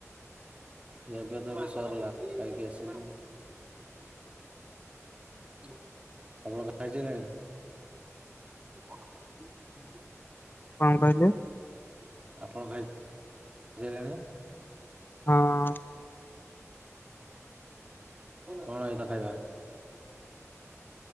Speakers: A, on the right (about 25°); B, on the left (about 40°).
A: ଏବେ ତବେ ସରିଲା ଖାଇକି ଆସିଲୁ। ଆପଣ ଖାଇ ସାଲେଣି। <unintelligible>
B: କଂ କହିଲେ?
A: ଆପଣ ଖାଇ ସାଲେଣି?
B: ହଁ
A: କଣ ଏ ତ ଖାଇବା?